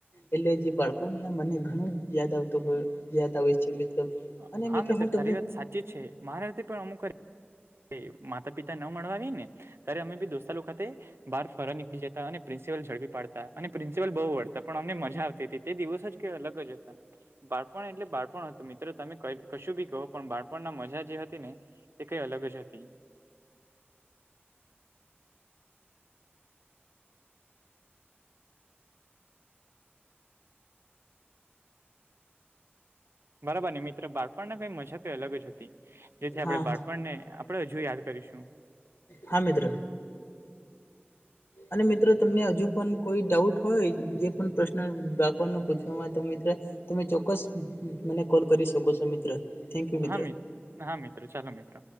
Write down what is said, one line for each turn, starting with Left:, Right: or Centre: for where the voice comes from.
Left: એટલે જે બાળપનના મને ઘણું યાદ આવતો હોય યાદ આવે છે મિત્ર.
Right: હા,
Left: અને મિત્ર હું તમને
Right: તારી વાત સાચી છે મારા રીતે પણ અમુક વારી એ માતા પિતા ન મળવા આવી ને ત્યારે અમે ભી દોસ્તા લોકો ખાતે બાર ફરવા નીકળી જતા અને પ્રિન્સિપલ ઝડપી પાડતા હતા અને પ્રિન્સિપલ બહુ વડ તા પણ અમને મજા આવતી હતી તે દિવસો જ કઇ અલગ જ હતા બાળપણ એટલે બાળપણ હતું મિ ત્ર તમે કશું ભી કહો પણ બાળપણ ના મજા જે હતી ને તે કઈ અલગ જ હતી. બરાબર ને મિત્ર બાળપણના કઈ મજા કઈ અલગ જ હતી જેથી
Left: હા
Right: આપણે બાળપણને
Left: હા
Right: આ પડણે હજુ યાદ કરીશું.
Left: હા મિત્ર. અને મિત્રો તમને હજુ પણ કોઈ ડાઉટ હોય જે પણ પ્રશ્ન <unintelligible> પૂછ વા તો મિત્ર તમે ચોક્કસ મને કોલ કરી શકો છો મિત્ર. થેન્ક યુ મિત્ર
Right: હા મિત, હા મિત્ર, ચલો મિત્ર.